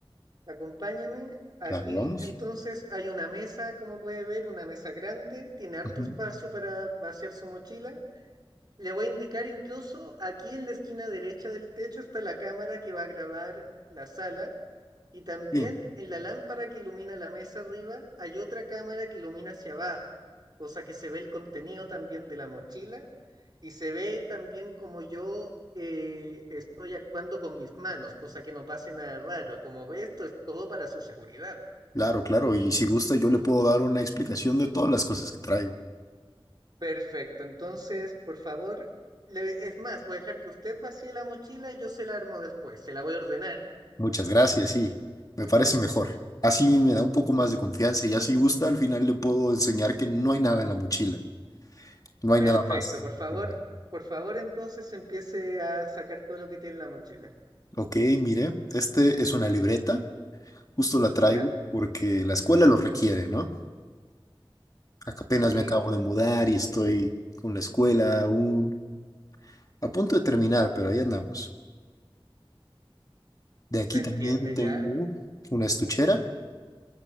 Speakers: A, on the right; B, on the left.
A: acompáñame. Aquí
B: Claro, vamos.
A: entonces hay una mesa, como puede ver, una mesa grande, tiene harto
B: Ujú,
A: espacio para vaciar su mochila. Le voy a indicar incluso aquí en la esquina derecha del techo está la cámara que va a grabar la sala Y también
B: Bien.
A: en la lámpara que ilumina la mesa arriba hay otra cámara que ilumina hacia abajo, cosa que se ve el contenido también de la mochila y se ve también como yo eh, estoy actuando con mis manos, cosa que no pase nada raro. Como ve, esto es todo para su seguridad.
B: Claro, claro, y si gusta yo le puedo dar una explicación de todas las cosas que traigo.
A: Perfecto, entonces, por favor, le- es más, voy a dejar que usted vacíe la mochila y yo se la armo después, se la voy a ordenar.
B: Muchas gracias, sí, me parece mejor. Así me da un poco más de confianza y así gusta al final le puedo enseñar que no hay nada en la mochila, no hay
A: Perfecto,
B: nada más.
A: por favor,
B: al
A: por favor, entonces empiece a sacar todo lo que tiene en la mochila.
B: Ok, mire, este es una libreta, justo la traigo
A: ¿Ya?
B: porque la escuela lo requiere, ¿no? Ac- Apenas
A: Sí,
B: me acabo de mudar y estoy con la escuela aún a punto de terminar, pero ahí andamos. De aquí
A: se entiende
B: también tengo
A: ya.
B: una estuchera.